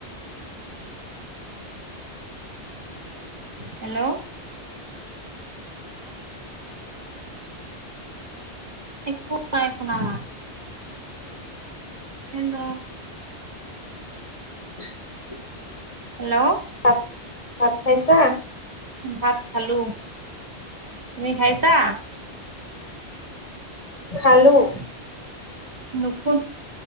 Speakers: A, on the right (about 40°); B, on the left (about 30°).
A: হেল্ল'। একো নাই শুনা মাত। হেল্ল'।
B: <inaudible>
A: হেল্ল'।
B: তাত ভাত খাইছা?
A: ভাত খালোঁ তুমি খাইছা?
B: খালোঁ।
A: নুফু,